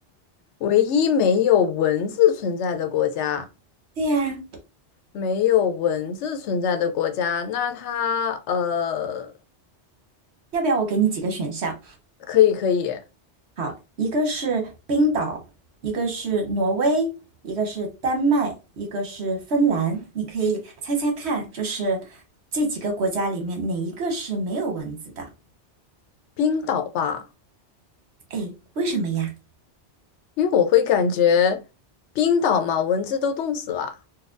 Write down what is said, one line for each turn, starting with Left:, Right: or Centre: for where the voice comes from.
Left: 唯一没有文字存在的国家，
Right: 对呀，
Left: 没有文字存在的国家，那它呃，
Right: 要不要我给你几个选项？
Left: 可以可以，
Right: 好，一个是冰岛，一个是挪威，一个是丹麦，一个是芬兰。你可以猜猜看，就是这几个国家里面哪一个是没有蚊子的？
Left: 冰岛吧，
Right: 哎，为什么呀？
Left: 因为我会感觉冰岛嘛，蚊子都冻死了。